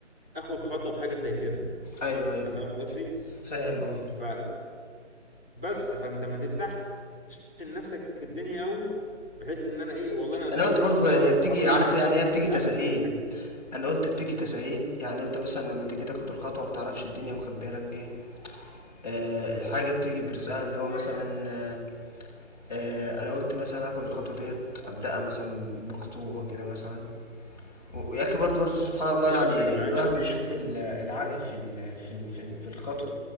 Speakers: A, in the centre; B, on the left (about 35°).
A: اخد خطوة في حاجة زي كده
B: ايوه ايوه
A: انت فاهم قصدي
B: فاهم اه
A: ف بس فانت ما تفتحش لنفسك الدنيا قوي بحيث ان انا ايه والله انا 30
B: انا قلت
A: سنة
B: برضو
A: متخرج
B: هي بتيجي
A: وبعد كده
B: عارف
A: هقعد
B: يعني
A: بقى
B: هي
A: لحد
B: بتيجي
A: يا
B: تساهيل
A: عم 30 حاجة
B: انا قلت بتيجي تساهيل يعني انت مثلا لما تيجي تاخد الخطوه ما تعرفش الدنيا مخبيه لك ايه آه، الحاجة بتيجي برزقها اللي هو مثلا آه، آه، انا قلت مثلا اخد الخطوة ديت ابدأها مثلا بخطوبة كده مثلا و- ويا اخي برضه برضه سبحان الله
A: يا
B: يعني
A: باشا انا معاك
B: الواحد بيشوف ال- العجب في ال في ال في, ال في الخطوة